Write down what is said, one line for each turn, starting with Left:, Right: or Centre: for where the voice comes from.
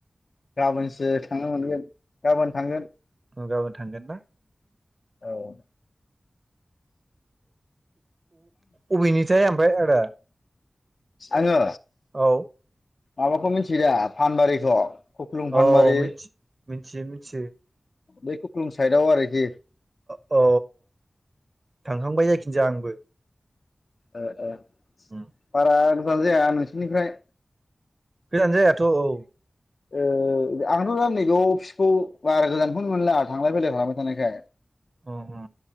Left: गाबोनसो थांनो मोनगोन गाबोन थांगोन।
Right: गाबोन थांगोन ना?
Left: औ
Right: अबेनिथाय ओमफ्राय आदा
Left: आङो
Right: औ
Left: माबाखौ मिथि दा फानबारिखौ खुख्लुं फानबारि
Right: औ मिथि मिथि मिथियो।
Left: बै कुख्लुं साइदाव आरोखि
Right: औ थांखांबाय जायाखिनोजाया आंबो
Left: ओ ओ
Right: उम
Left: बारा गोजान जाया नोंसिनिफ्राय
Right: गोजानो जायाथ‌ औ
Left: ओ आंथ दा नैबाव फिसखौ बारा गोजानखौनो मोनला थांलाय फैलाय खालामबाय थानायखाय
Right: अ ह